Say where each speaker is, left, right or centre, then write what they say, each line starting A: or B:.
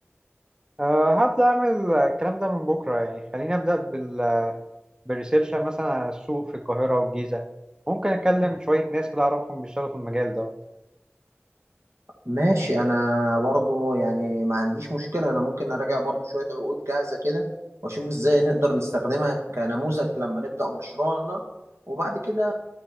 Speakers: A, on the right; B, on the right.
A: أه هبدأ أعمل الكلام ده من بكرة يعني خليني أبدأ بال... بالريسيرش مثلا على السوق في القاهرة والجيزة ممكن أتكلم شوية ناس كده أعرفهم بيشتغلوا في المجال ده
B: ماشي انا برضو يعني ما عنديش مشكلة انا ممكن اراجع برضو شوية عقود جاهزة كده واشوف ازاي نقدر نستخدمها كنموذج لما نبدأ مشروعنا وبعد كده